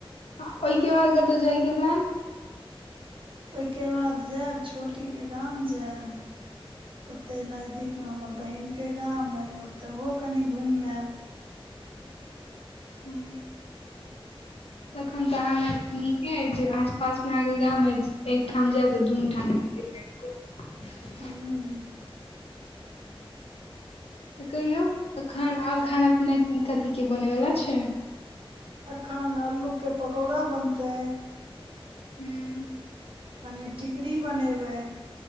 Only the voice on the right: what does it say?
ओइके बाद जेऽब छोटीके गाम जेऽब। ओतै नजदीक में हमर बहिन के गाम अय ओतोहो कनि घुमि एऽब।
हू
अखन आलू के पकौड़ा बनतै।
कनि टिकरी बनेबै